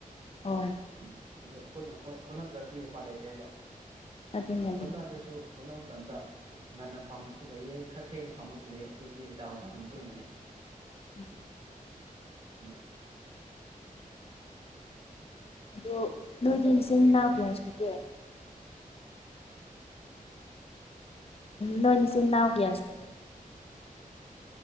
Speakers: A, on the left; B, on the right.
A: ꯍꯣꯏ
B: ꯎꯝ ꯑꯗꯣ ꯑꯩꯈꯣꯏꯅ ꯍꯣꯠꯅꯗ꯭ꯔꯗꯤ ꯎꯄꯥꯏ ꯂꯩꯇꯦꯕ
A: ꯑꯗꯨꯅꯦ ꯑꯗꯨ
B: ꯍꯣꯠꯅ꯭ꯔꯁꯨ ꯍꯣꯠꯅꯕ ꯃꯇꯝꯗ ꯉꯟꯅ ꯐꯝꯕꯁꯨ ꯂꯩꯌꯦ ꯈꯔ ꯊꯦꯡꯅ ꯐꯪꯉꯁꯨ ꯂꯩ ꯑꯗꯨꯗꯤ ꯗꯥꯎ ꯗꯥꯎꯗ ꯃꯇꯨꯡ ꯏꯟꯅ ꯂꯩ
A: ꯎꯝ
B: <inaudible>
A: ꯑꯗꯣ ꯅꯣꯏꯗꯤ
B: ꯐꯖꯕꯁꯨ
A: ꯃꯆꯤꯟ
B: ꯂꯩꯇꯦ
A: ꯅꯥꯎ ꯀꯌꯥ ꯁꯨꯒꯦ ꯅꯣꯏ ꯅꯆꯦ ꯅꯥꯎ ꯀꯌꯥꯁꯨ